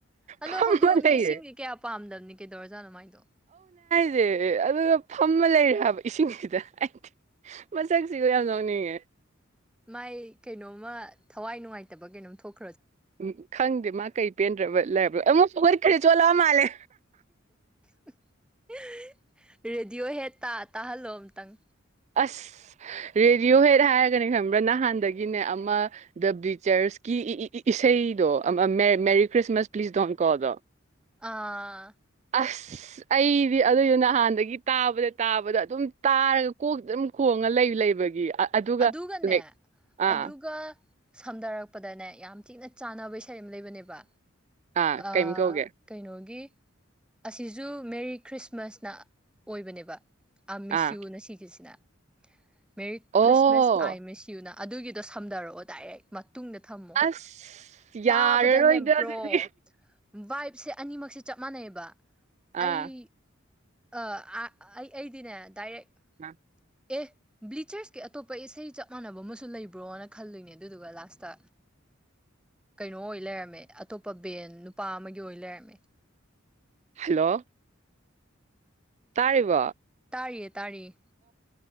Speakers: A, in the centre; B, on the right (about 35°).
A: ꯑꯜꯂꯣ
B: ꯐꯝꯃ
A: ꯍꯧꯗꯣꯡꯅꯤ
B: ꯂꯩꯔꯦ
A: ꯏꯁꯤꯡꯗꯤ ꯀꯌꯥ ꯄꯥꯝꯗꯕꯅꯤ ꯀꯩꯗꯧꯔꯖꯥꯅꯃꯥꯏꯗꯣ
B: ꯦ ꯑꯗꯨꯒ ꯐꯝꯃ ꯂꯩꯔꯦ ꯍꯥꯏꯕ ꯏꯁꯤꯡꯁꯤꯗ ꯑꯩꯗꯤ ꯃꯁꯛꯁꯤꯒ ꯌꯥꯝ ꯌꯥꯎꯅꯤꯡꯉꯦ
A: ꯃꯥꯏ ꯀꯩꯅꯣꯝꯃ ꯊꯋꯥꯏ ꯅꯨꯡꯉꯥꯏꯇꯕ ꯀꯩꯅꯣꯝ ꯊꯣꯛ
B: ꯎꯝ ꯈꯪꯗꯦ ꯃꯥ ꯀꯩ ꯄꯦꯟꯗ꯭ꯔꯕ ꯂꯩꯕ ꯑꯃꯃ ꯁꯔꯤ ꯈꯦ ꯆꯂꯝ ꯃꯥꯂꯦ
A: <unintelligible> ꯔꯦꯗꯤꯑꯣꯣ ꯍꯦꯠ ꯇꯥ ꯇꯥꯍꯜꯣꯝꯇꯪ
B: ꯑꯁ ꯔꯦꯗꯤꯌꯣ ꯍꯦꯠ ꯍꯥꯏꯔꯒꯅꯦ ꯈꯪꯕ꯭ꯔꯥ ꯅꯍꯥꯟꯗꯒꯤꯅꯦ ꯑꯃ ꯗꯕꯂꯤꯆꯔꯁꯀꯤ ꯏꯁꯩꯗꯣ ꯑꯃ ꯃꯦ ꯃꯦꯔꯤ ꯈ꯭ꯔꯤꯁꯃꯥꯁ ꯄ꯭ꯂꯤꯁ ꯗꯣꯟ ꯀꯣꯗꯣ
A: ꯑꯥ
B: ꯑꯁ ꯑꯩꯗꯤ ꯑꯗꯨꯏꯗꯨ ꯅꯍꯥꯟꯗꯒꯤ ꯇꯥꯕꯗ ꯇꯥꯕꯗ ꯑꯗꯨꯝ ꯇꯥꯔꯒ ꯀꯣꯛꯇ ꯑꯗꯨꯝ ꯈꯣꯡꯉ ꯂꯩ ꯂꯩꯕꯒꯤ ꯑ- ꯑꯗꯨꯒ
A: ꯑꯗꯨꯒꯅꯦ
B: ꯂꯥꯏꯛ ꯑꯥ
A: ꯑꯗꯨꯒ ꯁꯝꯅꯔꯛꯄꯗꯅꯦ ꯌꯥꯝ ꯊꯤꯅ ꯆꯥꯅꯕ ꯏꯁꯩ ꯑꯃ ꯂꯩꯕꯅꯦꯕ
B: ꯑꯥ
A: ꯑ
B: ꯀꯩꯝ ꯀꯧꯒꯦ
A: ꯀꯩꯅꯣꯒꯤ ꯑꯁꯤꯁꯨ ꯃꯦꯔꯤ ꯈ꯭ꯔꯤꯁꯃꯥꯁꯅ ꯑꯣꯏꯕꯅꯦꯕ ꯑ ꯃꯁꯤꯌꯨꯅ
B: ꯑꯥ
A: ꯁꯤꯈꯤꯁꯤꯅ ꯃ
B: ꯑꯣ
A: ꯈ꯭ꯔꯤꯁꯃꯁ ꯑꯥꯏ ꯃꯤꯁ ꯌꯨꯅ ꯑꯗꯨꯒꯤꯗꯣ ꯁꯝꯊꯔꯛꯑꯣ ꯗꯥꯏꯔꯦꯛ ꯇꯨꯡꯗ ꯊꯝꯃꯣ
B: ꯑꯁ ꯌꯥꯔꯔꯣꯏꯗ
A: ꯇꯥꯕꯗ ꯅꯦꯝꯕ꯭ꯔꯣ
B: ꯑꯗꯨꯗꯤ
A: ꯏ ꯁꯦ ꯑꯅꯤꯃꯛꯁꯦ ꯆꯞ ꯃꯥꯟꯅꯩꯑꯕ ꯑꯩ
B: ꯑꯥ
A: ꯑ ꯑꯩ ꯑꯩꯗꯤꯅꯦ ꯗꯥꯏꯔꯦꯛ
B: ꯑ
A: ꯑꯦ ꯕ꯭ꯂꯤꯆꯔꯁꯀꯤ ꯑꯇꯣꯞꯄ ꯏꯁꯩ ꯆꯞ ꯃꯥꯟꯅꯕ ꯑꯃꯁꯨ ꯂꯩꯕ꯭ꯔꯣꯅ ꯈꯜꯂꯣꯏꯅꯦ ꯑꯗꯨꯗꯨꯒ ꯂꯥꯁꯇ ꯀꯩꯅꯣ ꯑꯣꯏ ꯂꯩꯔꯝꯃꯦ ꯑꯇꯣꯞꯄ ꯕꯦꯟ ꯅꯨꯄꯥ ꯑꯃꯒꯤ ꯑꯣꯏꯅ ꯂꯩꯔꯝꯃꯦ
B: ꯍꯜꯂꯣ ꯇꯥꯔꯤꯕꯣ
A: ꯇꯥꯔꯤꯌꯦꯦ ꯇꯥꯔꯤꯌꯦ